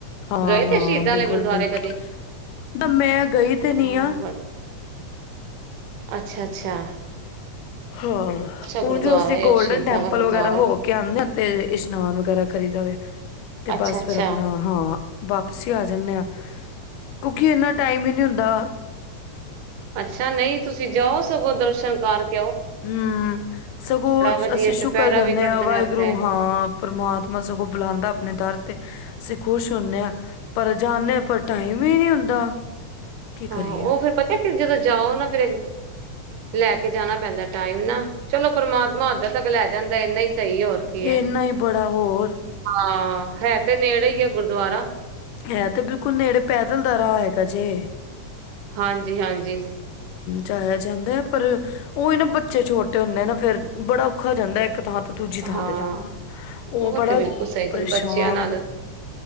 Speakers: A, on the left; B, on the right.
A: ਹਾਂ
B: ਗਏ ਤੇ
A: ਹਾਂ
B: ਸ਼ਹੀਦਾਂ
A: ਬਿਲਕੁਲ
B: ਵਾਲੇ ਗੁਰਦੁਆਰੇ
A: ਬਿਲਕੁਲ
B: ਕਦੀ।
A: ਨਾ ਮੈਂ ਗਈ ਤੇ ਨੀ
B: ਹਾਂ
A: ਆ
B: ਬਸ ਅੱਛਾ ਅੱਛਾ
A: ਹਾਂ
B: ਗੁਰਦੁਆਰਾ
A: ਹੁਣ ਜੋ ਅਸੀਂ
B: ਏ
A: ਗੋਲਡਨ
B: ਉਹ ਸ਼ਹੀਦਾਂ
A: ਟੈਂਪਲ
B: ਆਲਾ ਗੁਰਦੁਆਰਾ।
A: ਵਗੈਰਾ ਹੋ ਕੇ ਆਦੇ ਅਤੇ ਇਸ਼ਨਾਨ ਵਗੈਰਾ ਕਰੀ ਜਾਵੇ ਤੇ
B: ਅੱਛਾ-ਅੱਛਾ,
A: ਬਸ ਫਿਰ ਆਪਣਾ
B: ਅੱਛਾ
A: ਹਾਂ। ਵਾਪਿਸੀ ਆ ਜਾਂਨੇ ਆਂ ਕਿਉਕਿ ਇਨਾ ਟਾਈਮ ਹੀ ਨਹੀਂ ਹੁੰਦਾ
B: ਅੱਛਾ ਨਹੀਂ ਤੁਸੀਂ ਜਾਓ ਸਗੋਂ ਦਰਸ਼ਨ ਪਾਰਕ
A: ਹੂ ਸਗੋਂ
B: ਵਧੀਆ
A: ਅਸੀਂ ਸ਼ੁਕਰ
B: ਚੁਪਹਿਰਾ
A: ਕਰਨੇ
B: ਵੀ ਕੱਢਦੇ
A: ਹਾਂ ਵਾਹਿਗੁਰੂ
B: ਨੇ ਉੱਥੇ
A: ਹਾਂ ਪ੍ਰਮਾਤਮਾ ਸਗੋਂ ਬੁਲਾਉਂਦਾ ਆਪਣੇ ਦਰ ਤੇ ਅਸੀਂ ਖੁਸ਼ ਹੁੰਨੇ ਹਾਂ ਪਰ ਜਾਨੇ ਆ ਪਰ ਟਾਈਮ ਹੀ ਨਹੀਂ ਹੁੰਦਾ ਕੀ ਕਰੀਏ
B: ਹਾਂ ਉਹ ਫੇਰ ਪਤਾ ਕਿ ਜਦੋਂ ਜਾਓ ਨਾ ਫਿਰ ਇਕ ਦਿਨ ਲੈ ਕੇ ਜਾਣਾ ਪੈਂਦਾ ਟਾਈਮ ਨਾ, ਚਲੋ ਪਰਮਾਤਮਾ ਆਦਰ ਤੱਕ ਲੈ ਜਾਂਦਾ ਇੰਨਾ ਹੀ ਸਹੀ ਹੋਰ ਕੀ
A: ਇਹ
B: ਹੈ
A: ਇੰਨਾ ਹੀ ਬੜਾ ਹੋਰ
B: ਹਾਂ ਹੈ ਤੇ ਨੇੜੇ ਹੀ ਏ ਗੁਰਦੁਆਰਾ
A: ਹੈ ਤੇ ਬਿਲਕੁਲ ਨੇੜੇ ਪੈਦਲ ਦਾ ਰਾਹ ਹੈਗਾ ਅਜੇ
B: ਹਾਂਜੀ ਜੀ ਹਾਂਜੀ
A: ਜਾਇਆ ਜਾਂਦਾ ਹੈ ਪਰ ਉਹ ਇਹ ਨਾ ਬੱਚੇ ਛੋਟੇ ਹੁੰਦੇ ਨਾ ਫੇਰ ਬੜਾ ਔਖਾ ਜਾਂਦਾ ਇੱਕ ਥਾਂ ਤੇ ਦੂਜੀ ਥਾਂ
B: ਹਾਂ
A: ਤੇ ਜਾਣਾ ਉਹ ਬੜਾ
B: ਤੇ ਬਿਲਕੁਲ ਸਹੀ
A: ਪਰੇਸ਼ਾਨ
B: ਗੱਲ ਬੱਚਿਆਂ ਨਾਲ